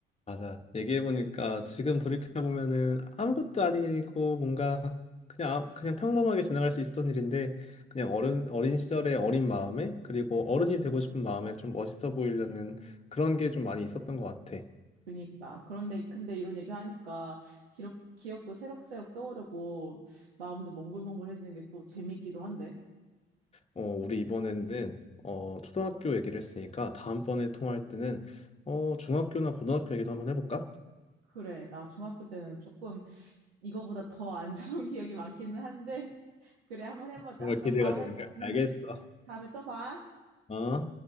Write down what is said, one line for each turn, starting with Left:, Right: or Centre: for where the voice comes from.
Left: 맞아. 얘기해보니까 지금 돌이켜보면은 아무것도 아닌 일이고 뭔가 그냥, 아- 그냥 평범하게 지나갈 수 있었던 일인데 그냥 어른, 어린 시절의 어린 마음에 그리고 어른이 되고 싶은 마음에 좀 멋있어 보이려는 그런 게 좀 많이 있었던 것 같아.
Right: 그니까. 그런데, 근데 이런 얘기 하니까 기록, 기억도 새록새록 떠오르고 마음도 몽글몽글해지는 게 또 재밌기도 한데.
Left: 어, 우리 이번에는 어, 초등학교 얘기를 했으니까 다음번에 통화할 때는 어, 중학교나 고등학교 얘기도 한번 해볼까?
Right: 그래, 나 중학교 때는 조금 이거보다 더 안 좋은 <laughs> 기억이 많기는 한데. 그래, 한번 해보자.
Left: 정말
Right: 그럼
Left: 기대가
Right: 다음에,
Left: 되는 거야.
Right: 음,
Left: 알겠어.
Right: 다음에 또 봐.
Left: 어?